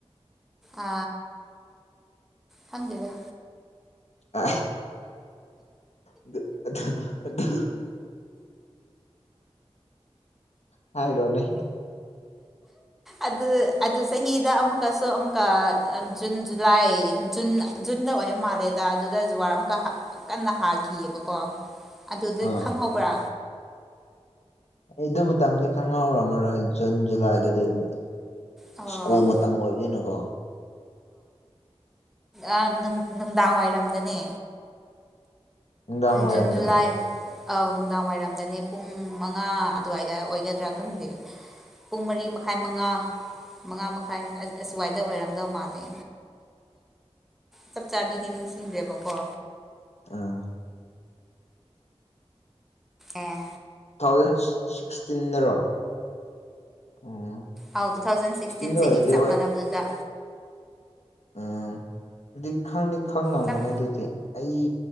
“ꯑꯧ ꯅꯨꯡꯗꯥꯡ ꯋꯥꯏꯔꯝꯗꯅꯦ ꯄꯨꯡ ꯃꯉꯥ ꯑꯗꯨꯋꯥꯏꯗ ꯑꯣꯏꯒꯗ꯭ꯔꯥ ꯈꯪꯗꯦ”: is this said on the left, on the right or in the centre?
Centre